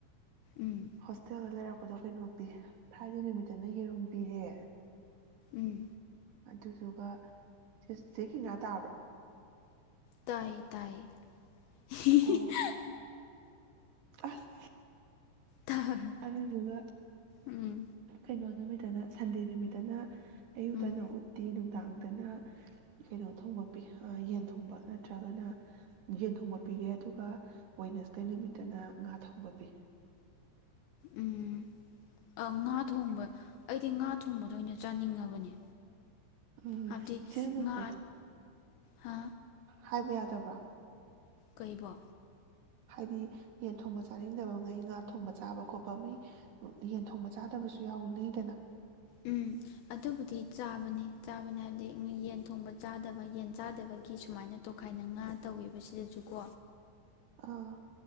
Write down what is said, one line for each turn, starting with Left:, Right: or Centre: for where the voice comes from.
Left: ꯎꯝ
Right: ꯍꯁꯦꯂꯦ ꯗꯣ ꯀꯩꯅꯣꯤ ꯐꯥꯏꯗꯦ ꯅꯨꯃꯤꯠꯇꯅ ꯌꯦꯔꯨꯝ ꯄꯤꯔꯦ
Left: ꯎꯝ
Right: ꯑꯗꯨꯗꯨꯒ ꯁꯤ ꯆꯦ ꯀꯅ ꯇꯥꯕ꯭ꯔꯥ
Left: ꯇꯥꯏꯌꯦ ꯇꯥꯏꯌꯦ ꯍ
Right: ꯑꯣ ꯑꯁ
Left: ꯇꯥꯔꯦ
Right: ꯑꯗꯨꯗꯨꯒ
Left: ꯎꯝ
Right: ꯎ ꯀꯩꯅꯣ ꯅꯨ ꯅ ꯁꯟꯗꯦ ꯅꯨꯃꯤꯠꯇꯅ ꯑꯌꯨꯛꯇꯅ
Left: ꯎꯝ
Right: ꯎꯠꯇꯤ ꯇꯥꯡꯗꯅ ꯀꯩꯅꯣ ꯊꯣꯡꯕ ꯄꯤ ꯌꯦꯟ ꯊꯣꯡꯕ ꯅꯠꯇ꯭ꯔꯒꯅ ꯌꯦꯟ ꯊꯣꯡꯕ ꯄꯤꯔꯦ ꯑꯗꯨꯒ ꯋꯦꯅꯦꯁꯗꯦ ꯅꯨꯃꯤꯠꯇꯅ ꯉꯥ ꯊꯣꯡꯕ ꯄꯤ
Left: ꯎꯝ ꯑ ꯉꯥ ꯊꯣꯡꯕ ꯑꯩꯗꯤ ꯉꯥ ꯊꯣꯡꯕꯗ ꯑꯣꯏꯅ ꯆꯥꯅꯤꯡꯉꯕꯅꯦ
Right: ꯎꯝ
Left: ꯍꯥꯏꯕꯗꯤ
Right: ꯏꯆꯁꯨ ꯂꯩꯁꯦ
Left: ꯉꯥ ꯍꯥ
Right: ꯍꯥꯏꯕ ꯌꯥꯗꯕ꯭ꯔꯥ
Left: ꯀꯩꯕ
Right: ꯍꯥꯏꯗꯤ ꯌꯦꯟ ꯊꯣꯡꯕ ꯆꯥꯅꯤꯡꯗꯕꯉꯩ ꯉꯥ ꯊꯣꯡꯕ ꯆꯥꯕ ꯈꯣꯠꯄ ꯃꯤ ꯌꯦꯟ ꯊꯣꯡꯕ ꯆꯥꯗꯕꯁꯨ ꯌꯥꯎꯋ ꯅꯩꯗꯅ
Left: ꯎꯝ ꯑꯗꯨꯕꯨꯗꯤ ꯆꯥꯕꯅꯦ ꯆꯥꯕꯅꯤ ꯍꯥꯏꯕꯗꯤ ꯌꯦꯟ ꯊꯣꯡꯕ ꯆꯥꯗꯕ ꯌꯦꯟ ꯆꯥꯗꯕꯒꯤ ꯁꯨꯃꯥꯏꯅ ꯇꯣꯈꯥꯏꯅ ꯉꯥ ꯇꯧꯋꯦꯕ ꯁꯤꯗꯁꯨꯀꯣ
Right: ꯑꯥ